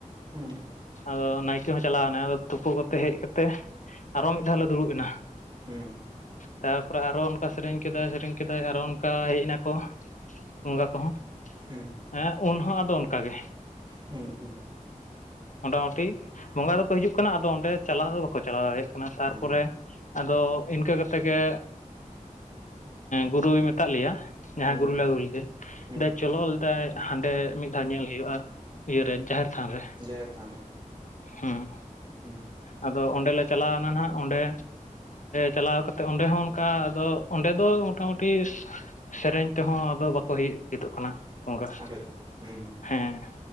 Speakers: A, on the right; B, on the left.
A: ᱦᱩᱸ
B: ᱟᱫᱚ ᱱᱟᱭᱠᱮ ᱦᱚᱸ ᱪᱟᱞᱟᱣ ᱮᱱᱟ ᱟᱫᱚ ᱛᱩᱯᱩ ᱠᱟᱛᱮ ᱦᱮᱡ ᱠᱟᱛᱮ ᱟᱨᱚ ᱢᱤᱫ ᱫᱷᱟᱣ ᱞᱮ ᱫᱩᱲᱩᱵ ᱮᱱᱟ
A: ᱦᱩᱸ
B: ᱛᱟᱨᱯᱚᱨᱮ ᱟᱨᱚ ᱚᱱᱠᱟ ᱥᱮᱨᱮᱧ ᱠᱮᱫᱟᱭ ᱥᱮᱨᱮᱧ ᱠᱮᱫᱟᱭ ᱟᱨᱚ ᱚᱱᱠᱟ ᱦᱮᱡ ᱮᱱᱟᱠᱚ ᱵᱚᱸᱜᱟ ᱠᱚᱦᱚᱸ
A: ᱦᱩᱸ
B: ᱦᱮᱸ ᱩᱱ ᱦᱚᱸ ᱟᱫᱚ ᱚᱱᱠᱟᱜᱮ
A: ᱦᱩᱸ ᱦᱩᱸ
B: ᱢᱚᱴᱟᱢᱩᱴᱤ ᱵᱚᱸᱜᱟ ᱫᱚᱠᱚ ᱦᱤᱡᱩᱜ ᱠᱟᱱᱟ ᱟᱫᱚ ᱚᱸᱰᱮ ᱪᱟᱞᱟᱣ ᱫᱚ ᱵᱟᱠᱚ ᱪᱟᱞᱟᱣ ᱫᱟᱲᱮᱭᱟᱜ ᱠᱟᱱᱟ ᱛᱟᱨᱯᱚᱨᱮ
A: ᱦᱮᱸ
B: ᱟᱫᱚ ᱤᱱᱠᱟᱹ ᱠᱟᱛᱮ ᱜᱮ ᱜᱩᱨᱩᱭ ᱢᱮᱛᱟᱫ ᱞᱮᱭᱟ ᱡᱟᱦᱟᱸ
A: ᱦᱩᱸ
B: ᱜᱩᱨ ᱞᱮ ᱟᱹᱜᱩ ᱞᱮᱫᱮ
A: ᱦᱩᱸ
B: ᱪᱚᱞᱚ ᱞᱮᱫᱟᱭ ᱦᱟᱸᱰᱮ ᱢᱤᱫ ᱫᱷᱟᱣ ᱧᱮᱞ ᱦᱩᱭᱩᱜᱼᱟ ᱤᱭᱟᱹᱨᱮ ᱡᱟᱦᱮᱨ ᱛᱷᱟᱱ ᱨᱮ
A: ᱡᱟᱦᱮᱨ ᱛᱷᱟᱱ ᱨᱮ
B: ᱦᱩᱸ
A: ᱦᱩᱸ
B: ᱟᱫᱚ ᱚᱸᱰᱮᱞᱮ ᱪᱟᱞᱟᱣᱱᱟ ᱱᱟᱜ ᱚᱸᱰᱮ ᱪᱟᱞᱟᱣ ᱠᱟᱛᱮᱫ ᱚᱸᱰᱮ ᱦᱚᱸ ᱚᱱᱠᱟ ᱟᱫᱚ ᱚᱸᱰᱮ ᱫᱚ ᱢᱚᱴᱟᱢᱩᱴᱤ ᱥᱮᱨᱮᱧ ᱛᱮᱦᱚᱸ ᱟᱫᱚ ᱵᱟᱠᱚ ᱦᱚᱭ ᱦᱤᱡᱩᱜ ᱠᱟᱱᱟ ᱚᱱᱠᱟ
A: ᱚᱸᱰᱮ ᱫᱚ ᱦᱩᱸ ᱦᱩᱸ
B: ᱦᱮᱸ